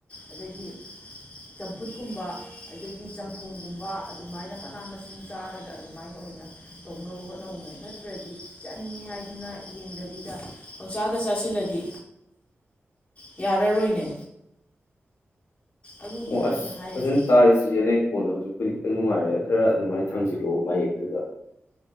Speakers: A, on the left; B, on the left.
A: ꯑꯗꯒꯤ ꯆꯝꯐꯨꯠꯀꯨꯝꯕ ꯑꯗꯒꯤ ꯆꯝꯊꯣꯡꯒꯨꯝꯕ ꯑꯗꯨꯃꯥꯏꯅ ꯃꯅꯥ ꯃꯁꯤꯡ ꯆꯥꯔꯒ ꯑꯗꯨꯃꯥꯏꯅ ꯑꯣꯏꯅ ꯇꯧꯅꯕ ꯍꯣꯠꯅꯧꯅꯦ ꯅꯠꯇ꯭ꯔꯗꯤ ꯆꯥꯅꯤꯡꯉꯤ ꯍꯥꯏꯗꯨꯅ ꯌꯦꯡꯗ <unintelligible> ꯄꯪꯆꯥꯗ ꯆꯥꯁꯤꯜꯂꯗꯤ ꯌꯥꯔꯔꯣꯏꯅꯦ꯫ ꯑꯗꯨꯒꯤꯅꯤ
B: ꯑꯣ ꯑꯁ
A: ꯑꯩꯅ ꯍꯥꯏꯔꯤꯁꯦ
B: ꯐꯖꯅ ꯇꯥꯔꯦ ꯆꯦꯆꯦ ꯅꯪ ꯈꯣꯟꯗꯣ ꯍꯧꯖꯤꯛꯄꯨꯗꯤ꯫ ꯑꯗꯨ ꯅꯨꯡꯉꯥꯏꯔꯦ ꯈꯔ ꯑꯗꯨꯃꯥꯏꯅ ꯊꯥꯡꯖꯤꯜꯂꯛꯑꯣ ꯃꯌꯦꯛꯇꯨꯗ꯫